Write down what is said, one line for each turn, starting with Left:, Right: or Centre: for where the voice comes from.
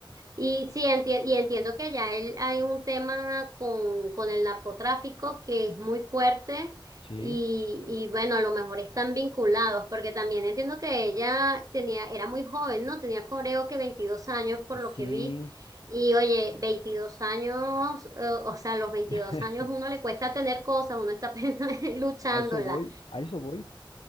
Right: Y sí, enti- y entiendo que allá el- hay un tema con, con el narcotráfico que es muy fuerte
Left: sí,
Right: y, y bueno, a lo mejor están vinculados, porque también entiendo que ella tenía, era muy joven, ¿no? Tenía creo que 22 años por
Left: sí.
Right: lo que vi. Y oye, 22 años, eh, o sea, a los 22
Left: <laughs>
Right: años uno le cuesta tener cosas, uno está <laughs> pensando, luchándola.
Left: A eso voy, a eso voy.